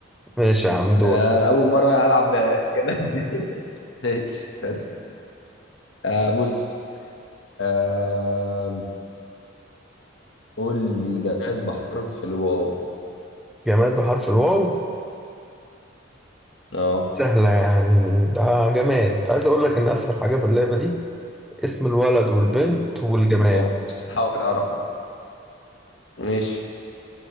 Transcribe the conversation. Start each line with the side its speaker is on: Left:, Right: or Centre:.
Centre: ماشي يا عم دور
Left: أنا أول مرة ألعب الجدل دي <laughs> ماشي تد. آه بص آه قول لي جماد بحرف الواو
Centre: جماد بحرف الواو
Left: اه
Centre: سهلة يعني ده جماد عايز أقول لك إن أسهل حاجة في اللعبة دي اسم الولد والبنت والجماد
Left: طب بص حاول أعرفها ماشي